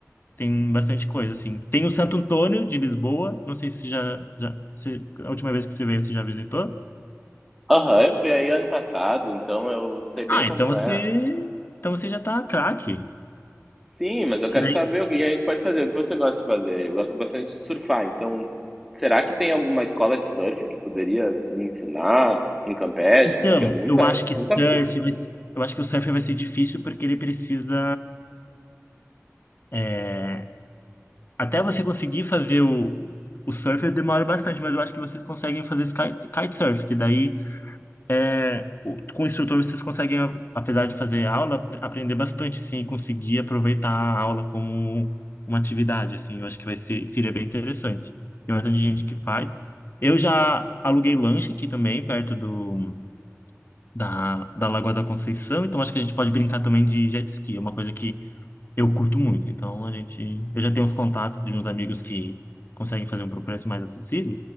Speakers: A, on the left; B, in the centre.
A: Tem bastante coisa, assim. Tem o Santo Antônio de Lisboa, não sei se já, já se, a última vez que você veio, você já visitou?
B: Aham, eu fui aí ano passado, então eu sei bem
A: Ah,
B: como
A: então você,
B: é.
A: então você já tá craque.
B: Sim, mas eu
A: Porque
B: quero
A: daí-
B: saber o que que a gente pode fazer, o que você gosta de fazer. Eu gosto bastante de surfar, então será que tem alguma escola de surf que poderia me ensinar em Campeche?
A: Então,
B: Porque eu nunca,
A: eu acho que
B: nunca
A: surf
B: fiz.
A: vai, se- eu acho que o surf vai ser difícil porque ele precisa, é, até você conseguir fazer o, o surf demora bastante, mas eu acho que vocês conseguem fazer sky, kitesurf, que daí É, o- com o instrutor vocês conseguem, a- apesar de fazer aula, apre- aprender bastante, sim, e conseguir aproveitar a aula como uma atividade, assim, eu acho que vai ser, seria bem interessante. Tem bastante gente que faz. Eu já aluguei lanche aqui também, perto do, da, da Lagoa da Conceição, então acho que a gente pode brincar também de jet ski, é uma coisa que eu curto muito, então a gente. Eu já tenho uns contatos de uns amigos que conseguem fazer um pro preço mais acessível.